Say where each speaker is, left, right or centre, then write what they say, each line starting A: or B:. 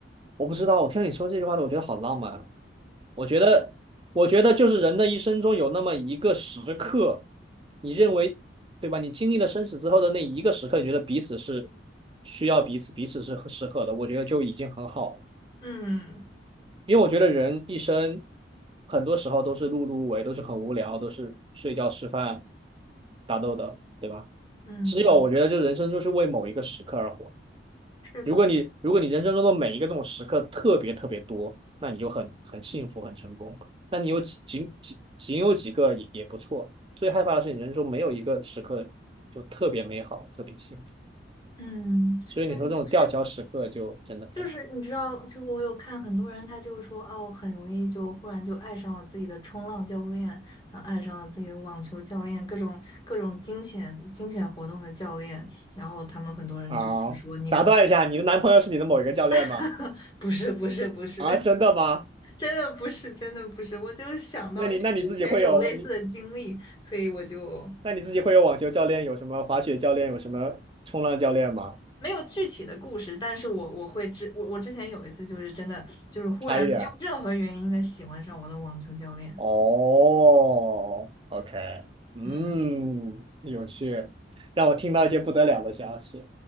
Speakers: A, on the right; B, on the left.
A: 我不知道，我听你说这句话的，我觉得好浪漫啊。我觉得，我觉得就是人的一生中有那么一个时刻，你认为对吧？你经历了生死之后的那一个时刻，你觉得彼此是需要彼此，彼此是适合的，我觉得就已经很好了。
B: 嗯
A: 因为我觉得人一生很多时候都是碌碌无为，都是很无聊，都是睡觉、吃饭、打斗的，对吧？
B: 嗯
A: 只有我觉得，就人生就是为某一个时刻而活。
B: 是的。
A: 如果你如果你人生中的每一个这种时刻特别特别多，那你就很很幸福很成功。那你有几仅仅仅有几个也也不错。最害怕的是你人生中没有一个时刻就特别美好，特别幸福。
B: 嗯，
A: 所以你说这种吊桥时刻就真的天
B: 对，就是就是你知道，就是我有看很多人，他就是说，哦，很容易就忽然就爱上了自己的冲浪教练，然后爱上了自己的网球教练，各种各种惊险惊险活动的教练，然后他们很多人就是说，
A: 啊！
B: 你可
A: 打断一下，你的男朋友是你的某一个教练吗？
B: <laughs> 能不是不是不是，
A: 啊，
B: <laughs>
A: 真的吗？
B: 真的不是真的不是，我就是想到，
A: 那你那你自己会有你
B: 因为之前有类似的经历，所以我就
A: 那你自己会有网球教练，有什么滑雪教练，有什么冲浪教练吗？
B: 没有具体的故事，但是我我会之我我之前有一次就是真的就是忽然没有任何原因的喜欢上我的网球教练，
A: 差一点。哦，OK，嗯，
B: 嗯。
A: 有趣，让我听到一些不得了的消息。